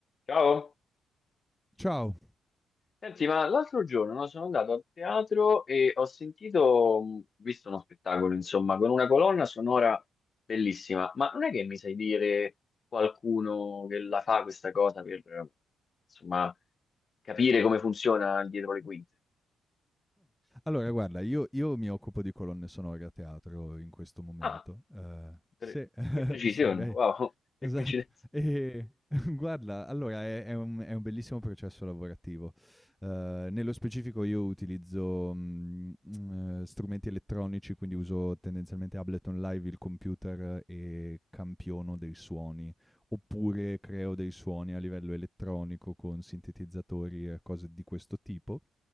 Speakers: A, on the left; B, in the centre.
A: Ciao,
B: Ciao.
A: senti, ma l'altro giorno no, sono andato al teatro e ho sentito, mh, visto uno spettacolo, insomma, con una colonna sonora bellissima, ma non è che mi sai dire qualcuno che la fa questa cosa per, eh, insomma, capire come funziona dietro le quinte?
B: Allora guarda, io io mi occupo di colonne sonore a teatro in questo momento.
A: Ah,
B: Ehm, sì,
A: pre-
B: <laughs>
A: che precisione,
B: sì, beh,
A: wow, <laughs> che
B: esatto.
A: coincidenza,
B: Ehm, <laughs> guarda, allora è è un è un bellissimo processo lavorativo. Ehm, nello specifico io utilizzo, mhmm, ehm, strumenti elettronici, quindi uso tendenzialmente Ableton Live, il computer e campiono dei suoni, oppure creo dei suoni a livello elettronico con sintetizzatori e cose di questo tipo.